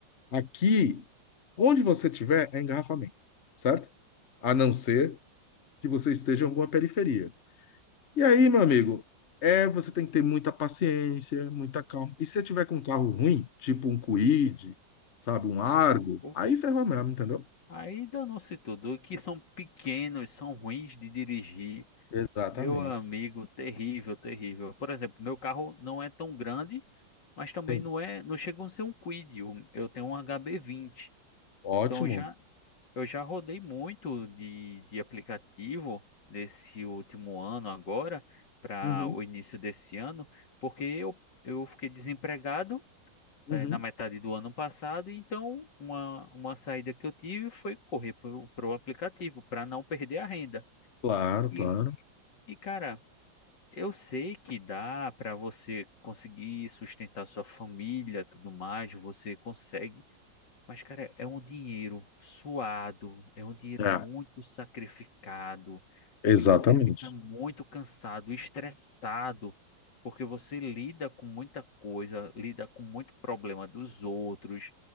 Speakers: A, on the left; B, on the left.
A: Aqui, onde você tiver, é engarrafamento, certo? A não ser que você esteja em alguma periferia. E aí, meu amigo, é, você tem que ter muita paciência, muita calma. E se você tiver com um carro ruim, tipo um Kwid, sabe, um Argo,
B: Pô,
A: aí ferrou mesmo, entendeu?
B: Aí danou-se tudo. Que são pequenos, são ruins de dirigir.
A: Exatamente.
B: Meu amigo, terrível, terrível. Por exemplo, meu carro não é tão grande, mas também
A: Sim.
B: não é, não chega a ser um Kwid. Eu eu tenho um HB20.
A: Ótimo.
B: Então eu já, eu já rodei muito de, de aplicativo nesse último ano agora para
A: Uhum,
B: o início desse ano, porque eu, eu fiquei desempregado
A: uhum.
B: eh, na metade do ano passado. Então, uma, uma saída que eu tive foi correr para o aplicativo para não perder a renda.
A: Claro,
B: E,
A: claro.
B: e, cara, eu sei que dá para você conseguir sustentar sua família, tudo mais, você consegue mas, cara, é um dinheiro suado, é um dinheiro
A: É,
B: muito sacrificado,
A: exatamente.
B: que você fica muito cansado, estressado, porque você lida com muita coisa, lida com muito problema dos outros,